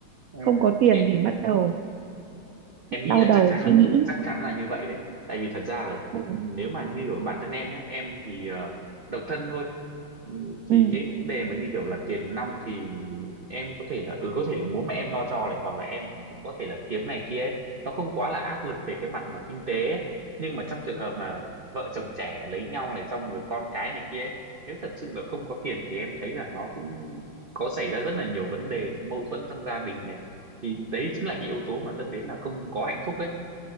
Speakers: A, on the right (about 40°); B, on the right (about 85°).
A: Ừm,
B: Không có tiền
A: em
B: thì bắt đầu
A: em nghĩ
B: đau
A: là
B: đầu
A: chắc chắn
B: suy
A: là
B: nghĩ.
A: chắc chắn là như vậy đấy tại vì thật ra là
B: Ừ.
A: ừ, nếu mà như ở bản thân em nhé em thì ờ, độc thân thôi Ừ, thì
B: Ừ.
A: cái vấn đề mà như kiểu là tiền nong thì em có thể là ừ có thể là bố mẹ em lo cho này hoặc là em cũng có thể là kiếm này kia ấy. Nó không quá là áp lực về cái mặt mà kinh tế ấy. Nhưng mà trong trường hợp mà vợ chồng trẻ lấy nhau này xong rồi con cái này kia ấy, nếu thật sự là không có tiền thì em thấy là nó cũng có xảy ra rất là nhiều vấn đề mâu thuẫn trong gia đình này thì đấy chính là những yếu tố mà dẫn đến là không có hạnh phúc ấy